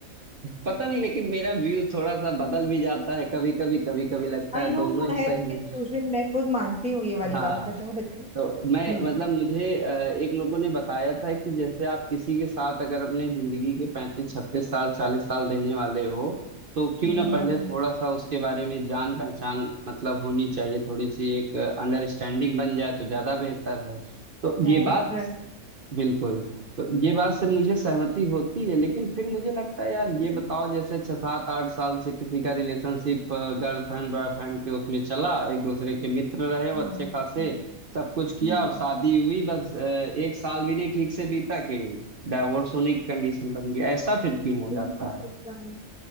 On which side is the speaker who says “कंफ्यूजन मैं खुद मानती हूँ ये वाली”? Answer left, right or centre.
Centre